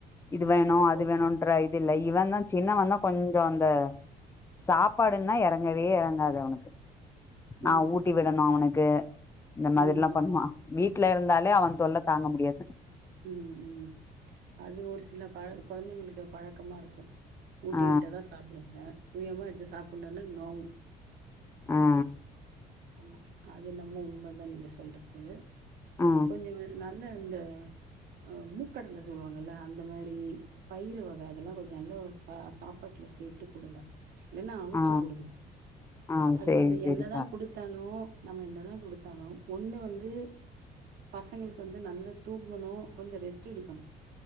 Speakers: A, on the left; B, on the right.
A: இது வேணு
B: ஐயோ
A: அது வேணுன்ற இல்ல இவந்தா சின்னவந்தா கொஞ்சோ அந்த சாப்பாடுன்னா எறங்கவே எறங்காது அவனுக்கு நா
B: ம்
A: ஊட்டி விடணு அவனுக்கு இந்த மாதிரில்லா
B: ம் ம்
A: பண்ணுவா வீட்ல இருந்தாலே அவ தொல்ல தாங்க முடியாது
B: ம் ம் அது ஒரு சில பழ கொழந்தைங்களுக்கு பழக்கமா இருக்கு ஊட்டி
A: ஆ
B: விட்டதா சாப்டுங்க சுயமா எடுத்து சாப்புட்ணுன்னா நோவு
A: ஆ ஆ
B: ஆமா அது என்னமோ உண்மதா நீங்க சொல்றது
A: ஆ
B: கொஞ்சங் கொஞ் நல் என்ன அந்த அ மூக்கடல சொல்லுவாங்கல்ல அந்த மாரி பயிறு வக அதெல்லாங் கொஞ்ச நல்ல சா சாப்பாட்டுல சேத்து குடுங்க இல்லன்னா அவிச்சு
A: ஆ
B: குடுங்க
A: ஆ
B: அது
A: சேரி
B: நம்ம
A: சேரிப்பா
B: என்னதா குடுத் னு நம்ம என்னதா குடுத்தாலு ஒண்ணு வந்து பசங்களுக்கு வந்து நல்ல தூங்கணு கொஞ்சோ ரெஸ்ட் எடுக்கணு